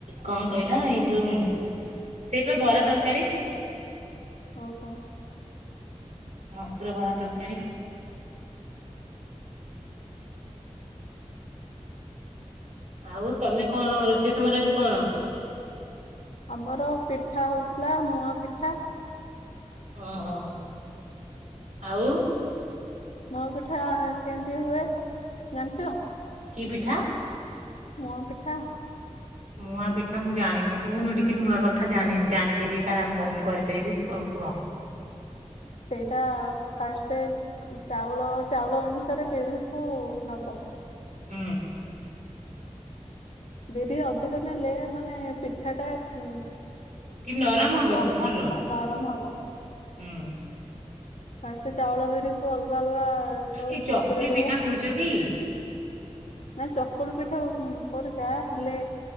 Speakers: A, on the right; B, on the left.
A: କଣ କହିଲ ଏଇ ଯୋଉ ସେଇପା ବରା ତରକାରୀ।
B: ଓହୋ।
A: ମସୁର ବରା ତରକାରୀ। ଆଉ ତମେ କଣ ରୋସେଇ ତମର୍ ଆଜି କଣ?
B: ଆମର ପିଠା ହଉଥିଲା ମୁଅଁ ପିଠା।
A: ଓହୋ ଆଉ?
B: ମୋ ପିଠା କେମ୍ତି ହୁଏ ଜାଣଚ?
A: କି ପିଠା?
B: ମୁଅଁ ପିଠା।
A: ମୁୂଆଁ ପିଠା ମୁଁ ଜାଣିନି କହୁନ ଟିକେ ନୂଆ କଥା ଜାଣି ଜାଣିଦେଟିକେ କାଳେ ଆମ ଘରେ ମୁଁ କରିପାରିବି କଉ କୁହ?
B: <inaudible> ସେଇଟା ଫାଷ୍ଟେ ଚାଉଳ ଚାଉଳ ଅନୁସାରେ ବିରି କୁ ନବ
A: ହୁଁ।
B: ବିରି ଅଧିକ ନେଲେ ମାନେ ପିଠା ଟା ଉଁ।
A: ଟିକେ ନରମ
B: ଆଉ
A: ହବ
B: ଙ୍କ
A: ତ ଭଲ
B: ହ ନରମ ହବ।
A: ହୁଁ।
B: ଫାଷ୍ଟେ ଚାଉଳ ବିରି କୁ ଅଲଗା ଅଲଗା ତାକୁ
A: ଏଇ ଚକୁଳି
B: ବତୁରେ ଦବ
A: ପିଠା କହୁଛ କି?
B: ନା ଚକୁଳି ପିଠା ଉଁ ପରିକା ହେଲେ